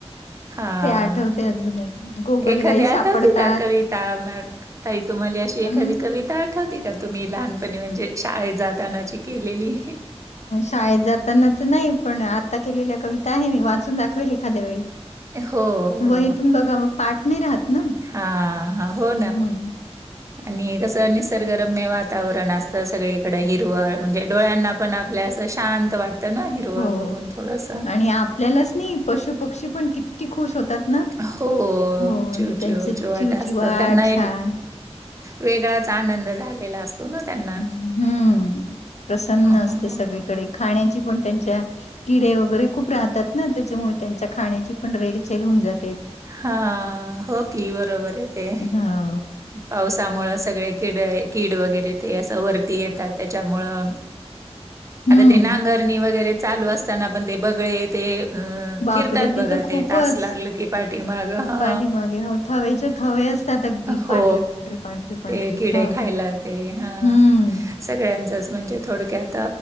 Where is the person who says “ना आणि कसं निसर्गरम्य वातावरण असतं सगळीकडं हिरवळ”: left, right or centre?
Right